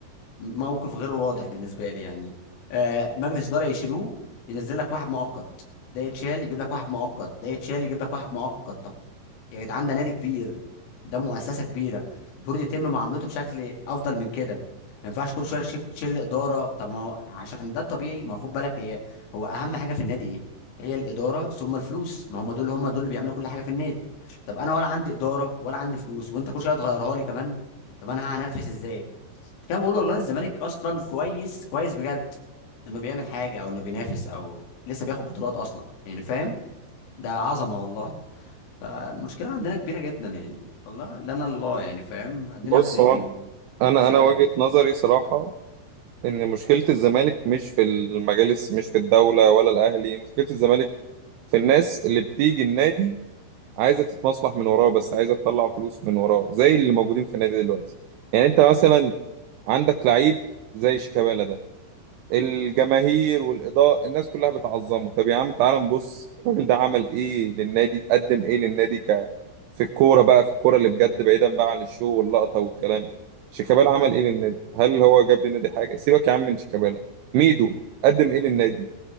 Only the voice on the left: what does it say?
موقف غير واضح بالنسبه لي يعني آه مجلس اداره يشيلوه ينزل لك واحد مؤقت ده يتشال يجيب لك واحد مؤقت ده يتشال يجيب لك واحد مؤقت طب يا جدعان ده نادي كبير ده مؤسسه كبيره المفروض يتم معاملته بشكل افضل من كده ما ينفعش كل شويه تشيل تشيل اداره طب ما هو عشان ده الطبيعي ما هو خد بالك هي هو اهم حاجه في النادي ايه هي الاداره ثم الفلوس ما هم دول هم دول اللي بيعملوا كل حاجه في النادي طب انا ولا عندي اداره ولا عندي فلوس وانت كل شويه تغيرها لي كمان طب انا هنافس ازاي مش كده بقول والله الزمالك اصلا كويس كويس بجد انه بيعمل حاجه او انه بينافس او لسه بياخد بطولات اصلا يعني فاهم ده عظمه والله فالمشكلة عندنا كبيرة جدا يعني والله لنا الله يعني فاهم عندنا
ب... بن...
مش
عارف